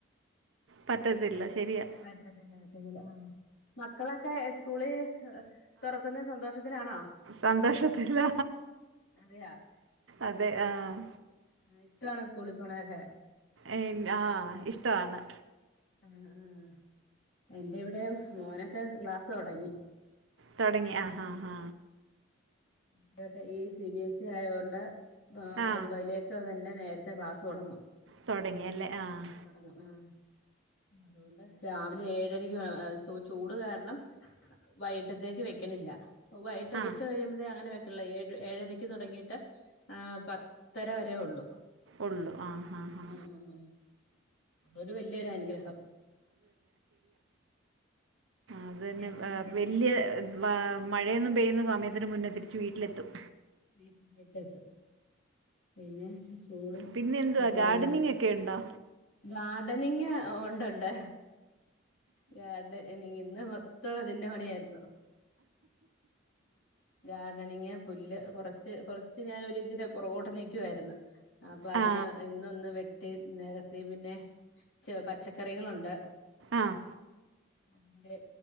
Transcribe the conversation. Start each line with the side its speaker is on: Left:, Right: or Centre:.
Right: പറ്റത്തില്ല ശരിയാ
Left: പറ്റത്തില്ല പറ്റത്തില്ല ആഹ് മക്കളൊക്കെ സ്കൂള് തൊറക്കുന്ന സന്തോഷത്തിലാണോ
Right: സന്തോഷത്തില്ല
Left: അതെയ
Right: അതെ ആഹ്
Left: ഇഷ്ടാണ് സ്കൂളിൽ പോണല്ലെ
Right: ഏഹ് ആഹ് ഇഷ്ടാണ്
Left: ഉം ഉം എന്റെ ഇവിടെ മോനൊക്കെ ക്ലാസ് തൊടങ്ങി
Right: തുടങ്ങിയ ആഹ് ആഹ്
Left: ഇതൊക്കെ ഈ സി ബി എസ് ഇ ആയൊണ്ട
Right: ആ
Left: ഒമ്പയിലെക്ക പ്പ അതന്നെ നേരത്തെ ക്ലാസ് തൊടങ്ങും
Right: തൊടങ്ങിയല്ലേ ആഹ്
Left: ഉം അതുകൊണ്ട് രാവിലെ ഏഴരക്ക് വേണം ചോറ് ചൂട് കാരണം വൈകിട്ടത്തേക്ക് വെക്കണില്ല വൈകിട്ട്
Right: ആ
Left: ഉച്ച കഴിയുമ്പ അങ്ങനെ ള്ള ഏഴ് ഏഴരയ്ക്ക് തുടങ്ങിയിട്ട് ആഹ് പത്ത് പത്തര വരേ ഉള്ളു
Right: ഉള്ളു ആ ഹാ ഹാ
Left: ഉം ഉം ഉം അതു വലിയൊരു അനുഗ്രഹം
Right: അതന്നെ
Left: വെക്കേഷൻ
Right: ആഹ്
Left: ആകുമ്പോ
Right: വ് വെല്യ ആഹ് ഏഹ് മഴയൊന്നും പെയ്യുന്ന സമയത്തിന് മുന്നേ തിരിച്ച് വീട്ടിലെത്തും
Left: <unintelligible> പിന്നെ ചൂടും
Right: പിന്നെ എന്തുവാ
Left: ഒക്കെ
Right: ഗാർഡനിങ്
Left: ആയത് കൊണ്ട്.
Right: ഒക്കെ ഉണ്ടോ
Left: ഗാർഡനിങ് ഉണ്ടുണ്ട് ഗാർഡനിനിങ് ന്ന് ഇതിന്റെ പണിയായിരുന്നു ഗാർഡനിംഗ് പുല്ല് കുറ കൊറച്ച് ഞാനൊന്നു പിറകോട്ട് നക്കുമായിരുന്നു അപ്പൊ അതിന്
Right: ആ
Left: ഇന്നൊന്ന് വൊ ട്ടി നേരത്തി പിന്നെ ച പച്ചക്കറികളുണ്ട്.
Right: ആഹ്
Left: അതിന്റെ